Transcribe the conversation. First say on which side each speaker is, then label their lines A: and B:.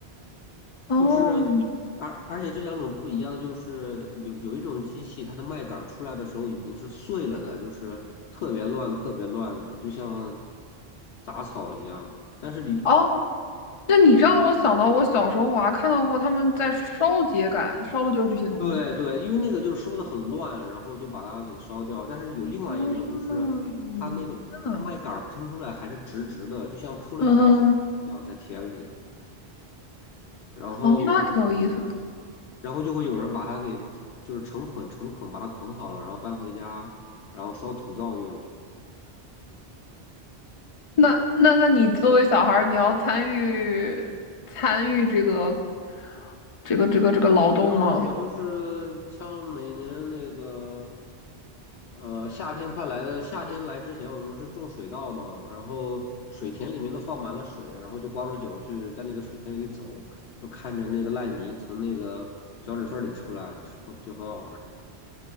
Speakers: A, on the left; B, on the left.
A: 哦
B: 就是，而而且这两种不一样，就是有有一种机器，它的麦秆儿出来的时候已经是碎了的，就是特别乱、特别乱的，就像杂草一样。但是你，
A: 哦，那你让我想到我小时候我还看到过他们在烧秸秆，
B: 但
A: 烧的就是这些东西吧？
B: 对对，因为那个就是收的很乱，然后就把它给烧掉。但是有另外一种，
A: 嗯，
B: 就是它那个麦秆儿喷出来还是直直的，
A: 天呐，
B: 就像铺了一条毯一样在田里。
A: 嗯，
B: 然后，
A: 哦，那挺有意思的
B: 然后就会有人把它给就是成捆成捆把它捆好了，然后搬回家，然后烧土灶用。
A: 那那那你作为小孩儿，你要参与参与这个这个这个这个劳动吗？
B: 不用啊，我就是像每年那个，呃，夏天快来的，夏天来之前，我们是种水稻嘛，然后水田里面都放满了水，然后就光着脚去在那个水田里走，就看着那个烂泥从那个脚趾缝里出来，就很好玩。